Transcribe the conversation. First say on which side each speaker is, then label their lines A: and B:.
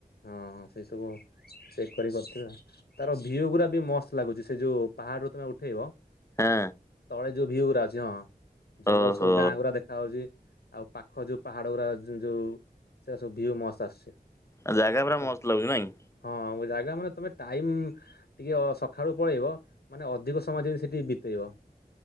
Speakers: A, on the left; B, on the left.
A: ହଁ ହଁ ସେଇ ସବୁ ଚେକ୍ କରିକି କରିଥିବେ। ତାର ଭିଉ ଗୁରାବି ମସ୍ତ ଲାଗୁଛି। ସେ ଯୋଉ ପାହାଡ ରୁ ତମେ ଉଠେଇବ
B: ହଁ।
A: ତଳେ ଯୋଉ ଭିଉ ଗୁରା ଅଛି ହଁ ଜଙ୍ଗଲ
B: ଓହୋ
A: ସବୁ ଗାଁ ଗୁରା ଦେଖ ଦେଖା ହଉଛି ଆଉ ପାଖ ଯୋଉ ପାହାଡ ଗୁରା ଯୋ ଯୋଉ ସେ ସବୁ ଭିଉ ମସ୍ତ ଆସୁଛି।
B: ଆଉ ଜାଗା ପୁରା
A: ଫଟୋ
B: ମସ୍ତ ଲାଗୁଛି ନାଇଁ।
A: ହଁ ଜାଗା ମାନେ ତମେ ଟାଇମ ଟିକିଏ ସକାଳୁ ପଳେଇବ ମାନେ ଅଧିକ ସମୟ ଯେମିତି ସେଠି ବିତେଇବ।